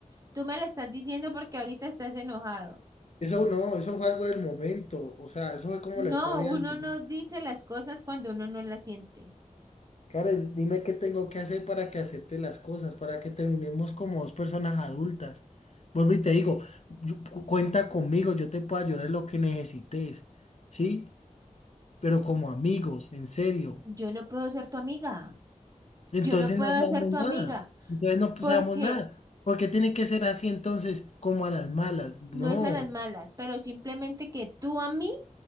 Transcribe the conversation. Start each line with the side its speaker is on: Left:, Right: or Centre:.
Right: Tú me lo estás diciendo porque ahorita estás enojado.
Left: Eso no, eso fue algo del momento, o sea, eso fue como
Right: No,
Left: la euforia
Right: uno
Left: del momento.
Right: no dice las cosas cuando uno no las siente.
Left: Karen, dime qué tengo que hacer para que acepte las cosas, para que terminemos como dos personas adultas. Vuelvo y te digo, yo- cu- cuenta conmigo, yo te puedo ayudar en lo que necesites, ¿sí? Pero como amigos, en serio.
Right: Yo no puedo ser tu amiga.
Left: Entonces
Right: Yo no puedo
Left: no seamos
Right: ser tu
Left: nada,
Right: amiga
Left: entonces no pues,
Right: porque
Left: seamos nada. porque tiene que ser así entonces, como a las malas? No.
Right: no es a las malas, pero simplemente que tú a mí,